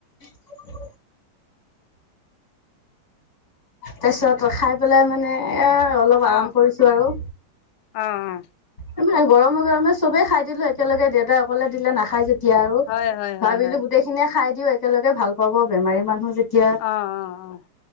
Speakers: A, on the left; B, on the left.
A: উম তাৰপিছত খাই পেলাই মানে এ অলপ আৰাম
B: অ
A: কৰিছো আৰু
B: অ অ
A: এনে গৰমে গৰমে চবেই খাই দিলো একেলগে দেউতাই অকলে দিলে নাখাই যে তেতিয়া আৰু
B: হয় হয় হয়
A: ভাবিলো
B: হয়
A: গোটেইখিনিয়ে খাই দিও একেলগে ভাল পাব বেমাৰী মানুহ যেতি য়া
B: অ অ অ